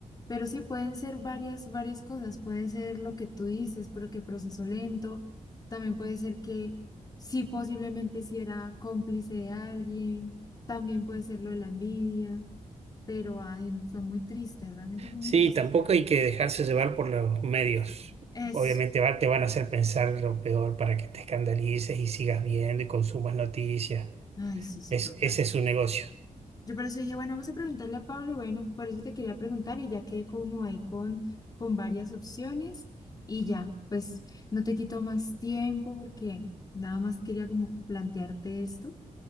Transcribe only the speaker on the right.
Sí,
tampoco hay que dejarse llevar por los medios.
Obviamente va- te van a hacer pensar lo peor para que te escandalices y sigas viendo y consumas noticias.
Es,
ese es su negocio.